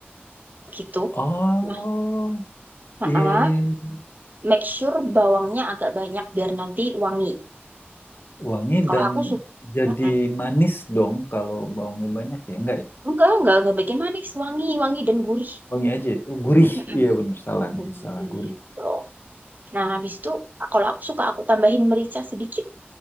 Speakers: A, on the right (about 45°); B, on the left (about 55°).
A: gitu.
B: Oh,
A: Nah, heeh.
B: iya iya. iya.
A: Make sure bawangnya agak banyak biar nanti wangi.
B: Wangi
A: Kalau
B: dan
A: aku suka,
B: jadi manis dong kalau baunya banyak ya. Enggak ya?
A: Enggak, enggak, enggak bikin manis, wangi, wangi dan gurih.
B: Wangi aja. ya? Oh, gurih.
A: Mm-mm.
B: Iya bener salah
A: Gurih
B: nih, salah gurih.
A: dong. Nah, habis itu ah, kalau aku suka aku tambahin merica sedikit.